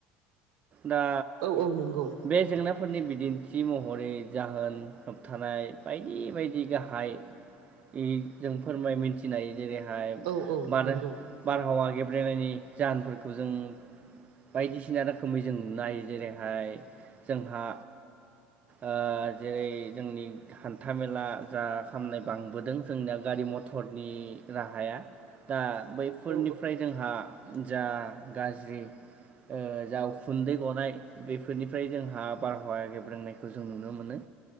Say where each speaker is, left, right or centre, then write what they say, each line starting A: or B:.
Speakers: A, on the right (about 30°); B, on the right (about 85°).
A: दा
B: औ औ नंगौ
A: बे जेंनाफोरनि बि दिन्थि महरै जाहोन होबथानाय बायदि बायदि गाहाय इ जों फोरमाय मिथिनाय जेरैहाय
B: औ औ
A: बादो
B: नंगौ
A: बारहावा गेब्रेंनायनि जाहोनफोरखौ जों बायदिसिना रोखो खोमै जों नुनो हायो जेरैहाय जोंहा ओ जेरै जोंनि हान्थामेला जा खामनाय बांबोदों जोंनिया गा रि मथरनि राहाया दा बैफोरनिफ्राय
B: औ
A: जोंहा जा गाज्रि ओ जा उखुन्दै गनाय बेफोरनिफ्राय जोंहा बारहावा गेब्रेंनायखौ जों नुनो मोनो।